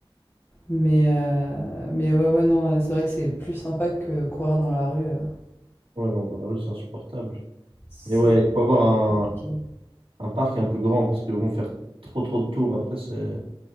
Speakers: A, on the left; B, on the right.
A: Mais euh, mais ouais ouais non, euh, c'est vrai que c'est plus sympa que courir dans la rue. euh.
B: Ouais, non, dans la rue, c'est insupportable.
A: C'est
B: Mais ouais, il faut avoir
A: compliqué.
B: Un parc un peu grand, parce que bon, faire trop trop de tours après, c'est.